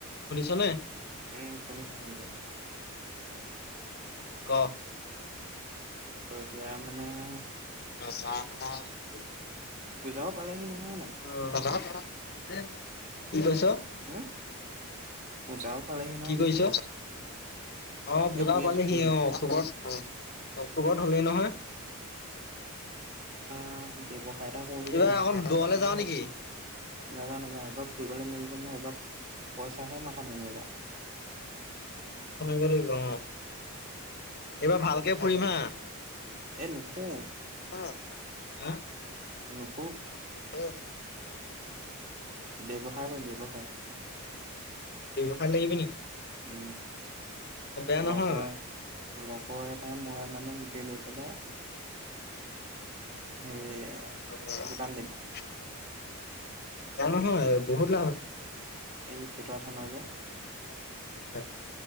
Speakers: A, on the left; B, on the right.
A: শুনিছ নে?
B: উম শুনিছো, শুনিছো
A: ক
B: ত এতিয়া মানে আও,
A: <unintelligible>
B: পূজাও পালেহি নহয় হয় নাই
A: অ <unintelligible> কি কৈছ
B: হম পূজাও পালেহি নহয়
A: কি কৈছ
B: বোলো
A: অ অ পুজাও
B: এ শুই
A: পালেসি
B: আছো শুই আছো
A: অ খবত অক্টোবৰত হ'লেই নহয়।
B: কিবা ব্যৱসায় এটা কৰোলে বুলি
A: এইবাৰ
B: ভাবিছোঁ
A: অকণ দূৰলে যাওঁ নেকি
B: নাজান নাজানো এইবাৰ ফুৰিবলৈ মেলিব নহয় এইব পইচাহে মাথা ন মাৰিবা
A: মাৰিব লাগিব অ এইবাৰ ভালকে ফুৰিম হা
B: এই নুফুৰো
A: হা।
B: উম
A: অ।
B: ব্যৱসায় কৰিম ব্যৱসায়
A: ব্যৱসায় লাগিবি নেকি?
B: উম।
A: অ বেয়া নহয়
B: লগৰ-লগৰ এটাই মই মানে মিলি লৈ পেলাই <unintelligible>
A: উম। <unintelligible>
B: দোকান দিম
A: ইয়াত নহয় বহুত লাভ আছে।
B: এই পেটুৱা থানৰ যে।
A: হয়।